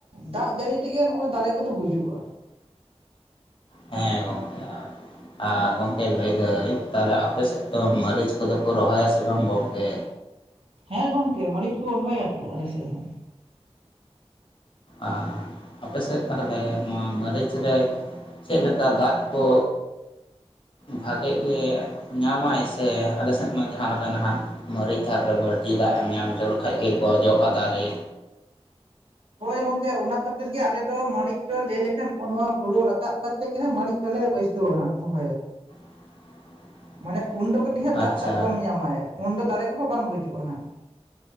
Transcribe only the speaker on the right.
ᱫᱟᱜ ᱡᱟᱹᱲᱤ ᱛᱮᱜᱮ ᱱᱚᱜᱼᱚᱭ ᱫᱟᱨᱮ ᱠᱚᱫᱚ ᱜᱩᱡᱩᱜᱼᱟ᱾
ᱦᱮᱸ ᱜᱚᱢᱠᱮ ᱢᱟᱹᱲᱤᱡ ᱠᱚ ᱨᱚᱦᱚᱭᱟ ᱛᱚ ᱟᱞᱮᱥᱮᱫ ᱦᱚᱸ᱾
ᱦᱳᱭ ᱜᱚᱝᱠᱮ ᱚᱱᱟ ᱠᱷᱟᱹᱛᱤᱨ ᱜᱮ ᱟᱞᱮ ᱫᱚ ᱢᱟᱹᱲᱤᱡ ᱫᱚ ᱞᱟᱹᱭ ᱞᱮᱠᱷᱟᱱ ᱱᱚᱜ ᱱᱚᱣᱟ ᱦᱩᱲᱩ ᱨᱟᱠᱟᱵ ᱠᱟ <unintelligible> ᱢᱟᱹᱲᱤᱡ ᱫᱚᱞᱮ ᱵᱟᱹᱭᱥᱟᱹᱣᱟ ᱨᱚᱦᱚᱭᱟᱞᱮ ᱦᱟᱸᱜ
<unintelligible> ᱩᱱ ᱫᱚ ᱠᱟᱹᱴᱤᱡ ᱦᱟᱜ
ᱫᱟᱜ ᱫᱟᱜ ᱠᱚᱢ ᱧᱟᱢᱟᱭ ᱩᱱ ᱫᱚ ᱫᱟᱲᱮ ᱠᱚᱦᱚᱸ ᱵᱟᱝ ᱜᱩᱡᱩᱜᱼᱟ ᱦᱟᱸᱜ,